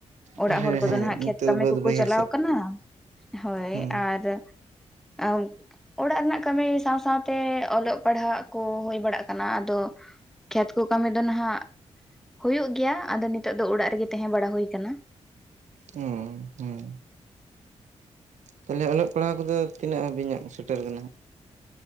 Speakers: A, in the centre; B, on the right.
A: ᱚᱲᱟᱜ
B: ᱦᱮᱸ
A: ᱦᱚᱲ ᱠᱚᱫᱚ
B: ᱦᱮᱸ
A: ᱱᱟᱦᱟᱜ
B: ᱱᱤᱛᱚᱜ
A: ᱠᱷᱮᱛ ᱠᱟᱹᱢᱤ
B: ᱫᱚ ᱵᱟᱹᱫ
A: ᱠᱚᱠᱚ
B: ᱵᱟᱹᱭᱦᱟᱹᱲ
A: ᱪᱟᱞᱟᱣ
B: ᱥᱮᱫ
A: ᱠᱟᱱᱟ ᱦᱳᱭ
B: ᱦᱩᱸ
A: ᱟᱨ ᱟᱵ <unintelligible> ᱚᱲᱟᱜ ᱨᱮᱱᱟᱜ ᱠᱟᱹᱢᱤ ᱥᱟᱶ ᱥᱟᱶᱟᱛᱮ ᱚᱞᱚᱜ ᱯᱟᱲᱦᱟᱜ ᱠᱚ ᱦᱩᱭ ᱵᱟᱲᱟᱜ ᱠᱟᱱᱟ ᱟᱫᱚ ᱠᱷᱮᱛ ᱠᱚ ᱠᱟ. ᱢᱤ ᱫᱚ ᱱᱟᱦᱟᱜ ᱦᱩᱭᱩᱜ ᱜᱮᱭᱟ ᱟᱫᱚ ᱱᱤᱛᱚᱜ ᱫᱚ ᱚᱲᱟᱜ ᱨᱮᱜᱮ ᱛᱟᱦᱮᱸ ᱵᱟᱲᱟ ᱦᱳᱭᱟᱠᱟᱱᱟ
B: ᱦᱩᱸ ᱦᱮᱸ ᱛᱟᱦᱚᱞᱮ ᱚᱞᱚᱜ ᱯᱟᱲᱦᱟᱣ ᱠᱚᱫᱚ ᱛᱤᱱᱟᱹᱜ ᱦᱟᱹᱵᱤᱡ ᱥᱮᱴᱮᱨ ᱠᱟᱱᱟ ᱦᱟᱸᱜ